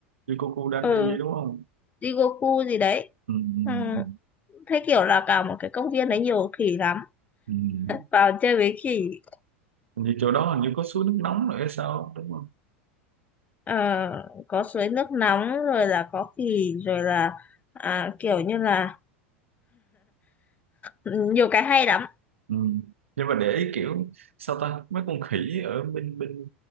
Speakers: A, on the right (about 80°); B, on the left (about 20°).
A: Jikoku Danmaji
B: ừ
A: đúng không
B: Jigoku gì đấy
A: ừ.
B: ừ.
A: Ừ.
B: thế kiểu là cả một cái công viên đấy nhiều khỉ lắm
A: Ừ. Ừ.
B: vào chơi với khỉ
A: Hình như chỗ đó hình như có suối nước nóng rồi hay sao đúng không
B: ờ, có suối nước nóng rồi là có khỉ rồi là à, kiểu như là nhiều cái hay lắm
A: Ừ. Nhưng mà để ý kiểu sao ta mấy con khỉ ở bên bên